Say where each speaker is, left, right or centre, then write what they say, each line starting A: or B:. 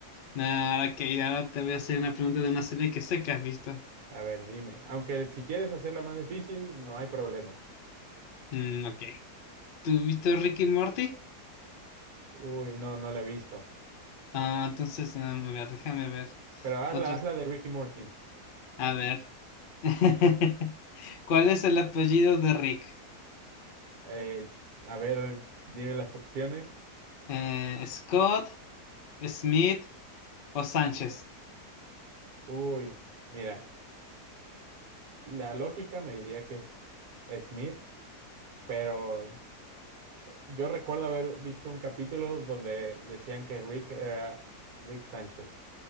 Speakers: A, on the left; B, on the right.
A: no, ahora que ahora te voy a hacer una pregunta de una serie que sé que has visto.
B: A ver, dime. Aunque si quieres hacerla más difícil, no hay problema.
A: Mm, ok. ¿Tú has visto Rick y Morty?
B: Uy, no, no la he visto.
A: Ah, entonces, mm, a ver, déjame ver.
B: Pero hazla,
A: Otros.
B: hazla de Ricky Morty.
A: A ver. <laughs> ¿Cuál es el apellido de Rick?
B: Eh, a ver, dime las opciones.
A: Eh, ¿Scott, Smith o Sánchez?
B: Uy, mira. La lógica me diría que es Smith, pero yo recuerdo haber visto un capítulo donde decían que Rick era Rick Sánchez.